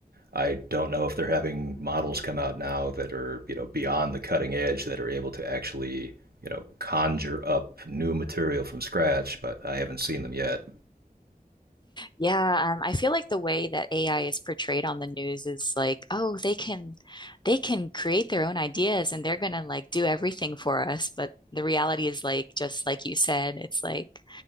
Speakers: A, on the right (about 85°); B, on the left (about 30°).
A: I don't know if they're having models come out now that are, you know, beyond the cutting edge that are able to actually, you know, conjure up new material from scratch, but I haven't seen them yet.
B: Yeah, um, I feel like the way that AI is portrayed on the news is like, oh, they can they can create their own ideas and they're gonna like do everything for us. But the reality is like just like you said, it's like